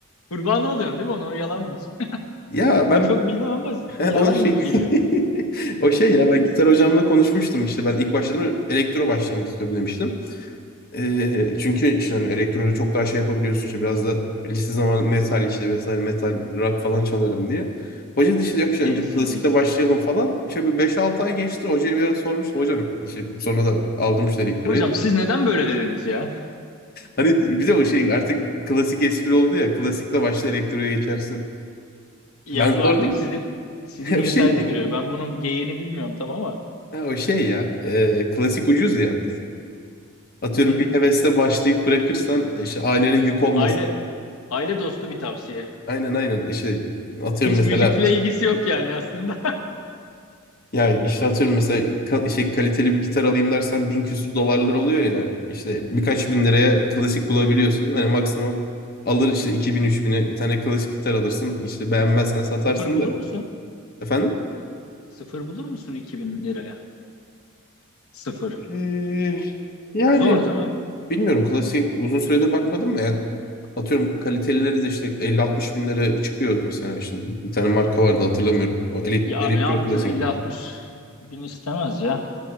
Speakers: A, on the left (about 75°); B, on the left (about 45°).
A: Kurban oluyorsun değil mi? Onu o yalanmış. <laughs>
B: Ya ben
A: Ben çok bilmem ama
B: he,
A: yalan
B: onun şey
A: gibi geliyor.
B: <laughs> o şey ya ben gitar hocamla konuşmuştum işte ben ilk başladım elektro başlamak istiyorum demiştim. Ee, çünkü işte hani elektrolu çok daha şey yapabiliyorsun işte biraz da lise zamanı metal işte vesaire metal rock falan çalarım diye. Hoca da işte yok işte
A: AC/DC.
B: önce bir klasikle başlayalım falan. İşte bir beş altı ay geçti. Hocaya bir ara sormuştum. Hocam işte sonra da aldım işte elektroyu.
A: Hocam
B: <laughs>
A: siz neden böyle dediniz ya?
B: Hani bize o şey artık klasik espri oldu ya. Klasikle başla elektroya geçersin.
A: Ya
B: Ben sordum.
A: bu artık sizin sizin
B: <laughs>
A: inside'a
B: O şeymiş.
A: giriyor. Ben bunun geyiğini bilmiyorum tam ama.
B: Ha, o şey ya. e, klasik ucuz ya. Atıyorum
A: Hı hı.
B: bir hevesle başlayıp bırakırsan işte ailene yük olmasın.
A: Aile aile dostu bir tavsiye.
B: Aynen aynen. İşte e, atıyorum
A: Hiç
B: mesela
A: müzikle ilgisi yok yani aslında.
B: Yani işte atıyorum mesela ka- şey kaliteli bir gitar alayım dersen bin küsür dolarlar oluyor ya. İşte birkaç bin liraya klasik bulabiliyorsun. Hani maksimum alır işte iki bin üç bin'e bir tane klasik gitar alırsın. İşte beğenmezsen
A: <laughs>
B: satarsın
A: Sıfır bulur
B: da.
A: musun?
B: Efendim?
A: Sıfır bulur musun 2000 liraya? Sıfır.
B: Ee, yani
A: Zor değil mi?
B: bilmiyorum klasik uzun süredir bakmadım da yani atıyorum kalitelileri de işte elli altmış bin lira çıkıyor mesela işte bir tane marka vardı hatırlamıyorum. O elek
A: Ya
B: elektro
A: abi ne yaptın?
B: klasik
A: 50-60
B: diye.
A: bin istemez ya.